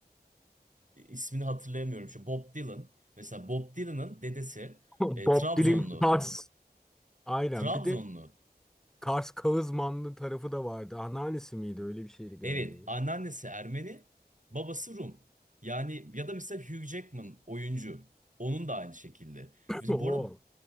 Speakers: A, on the right (about 50°); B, in the centre.
A: E, ismini hatırlayamıyorum. Şu Bob Dylan. Mesela Bob Dylan'ın dedesi
B: <laughs>
A: e,
B: Bob
A: Trabzonlu.
B: Dylan Tars. Aynen.
A: Trabzonlu.
B: Bir de Kars Kağızmanlı tarafı da vardı. Anneannesi miydi? Öyle bir şeydi galiba.
A: Evet, anneannesi Ermeni, babası Rum. Yani ya da mesela Hugh Jackman oyuncu. Onun da aynı şekilde.
B: <clears throat>
A: Mesela
B: O.
A: bu arada